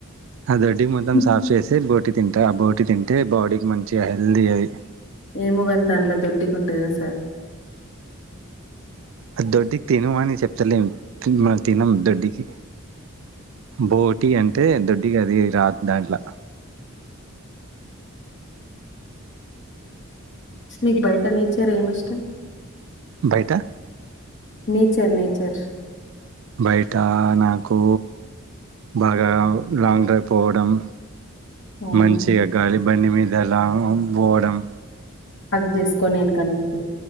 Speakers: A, on the right (about 65°); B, on the left (about 60°).
A: ఆ దిడ్డి మొత్తం
B: హ్మ్.
A: సాఫ్ చేసి బోటి తింటే ఆ బోటి తింటే బాడీకి మంచిగా హెల్దీ అయ్
B: ఏమో కాని దాంట్లో దొడ్డికి ఉంటంది కదా సార్
A: ఆ దొడ్డికి తినమని చెప్ తలిమ తిన తినం దడికి బోట్ టీ అంటే దొడ్డిగా అది రాద్ బ్యాంక్ల
B: మీకు బయట నేచర్ ఏం ఇష్టం
A: బయటా
B: నేచర్ నేచర్
A: బయట నాకు బాగా లాంగ్ డ్రైవ్ పోవడం
B: అవును
A: మంచిగా గాలి బండి మీద లాంగ్ <unintelligible> పోవడం
B: హక్ చేసుకోని వెనుకా నుంచి